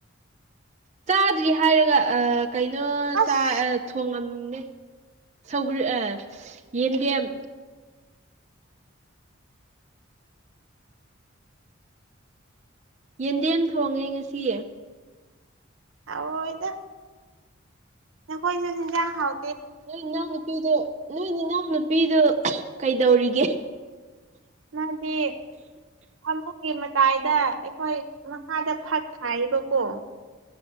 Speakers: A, on the right (about 35°); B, on the right (about 75°).
A: ꯆꯥꯗ꯭ꯔꯤ ꯍꯥꯏꯔꯒ ꯑꯥ ꯀꯩꯅꯣ
B: ꯑꯁ
A: ꯆꯥꯏ ꯑꯥ ꯊꯣꯡꯉꯝꯃꯦ ꯁꯧꯒ꯭ꯔꯤ ꯑꯦ ꯌꯦꯟꯗꯦꯝ ꯌꯦꯟꯗꯦꯝ ꯊꯣꯡꯉꯦ ꯉꯁꯤ
B: ꯍꯥꯎꯔꯣꯏꯗ ꯅꯈꯣꯏꯁꯨ ꯍꯤꯟꯖꯥꯡ ꯍꯥꯎ
A: ꯅꯣꯏ ꯅꯅꯥꯎ ꯅꯨꯄꯤꯗꯨ ꯅꯣꯏ ꯅꯤꯅꯥꯎ ꯅꯨꯄꯤꯗꯨ ꯀꯩꯗꯧꯔꯤꯒꯦ
B: ꯃꯥꯗꯤ ꯐꯃꯨꯡꯒꯤ ꯃꯇꯥꯏꯗ ꯑꯩꯈꯣꯏ ꯃꯈꯥꯗ ꯐꯛ ꯊꯥꯏꯌꯦꯕꯀꯣ